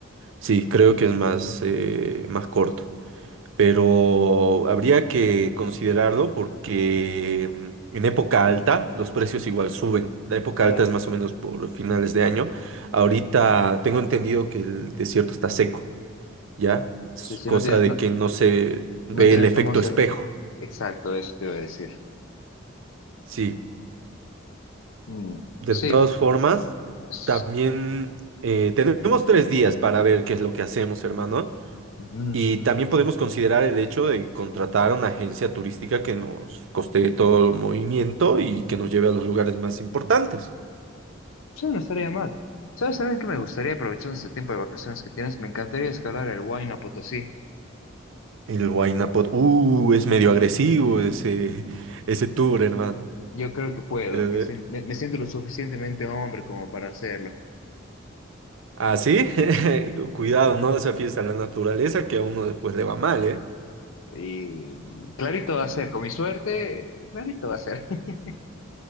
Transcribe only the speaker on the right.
Sí, creo que es más, eh, más corto, pero habría que considerarlo porque mm, en época alta los precios igual suben. La época
alta es más o menos por finales de año. Ahorita tengo entendido que el desierto está seco. ¿ya? Es
cosa
de
que no se ve
el
efecto
espejo.
Sí,
de
todas formas,
también eh, tenemos tres días para ver qué es lo que hacemos, hermano.
Y
también
podemos considerar el hecho de contratar a una agencia turística que nos costee todo el movimiento y que nos lleve a los lugares más importantes.
El Huayna Pot- uh, es medio agresivo ese, <laughs> ese tour, hermano.
Pero,
eh,
así, <laughs> Cuidado, no desafíes a la naturaleza que a uno después le va mal, ¿eh?